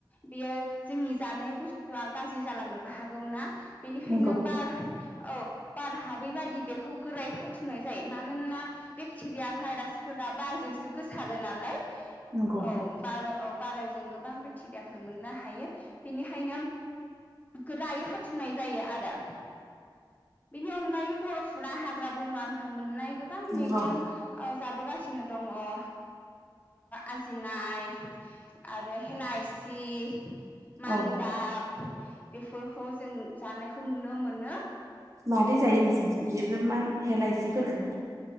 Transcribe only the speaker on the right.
नंगौ
नंगौ
नंगौ
औ
मादि जायो नोंसिनिथिं बेफोर मान हेलायसि फोरखौ।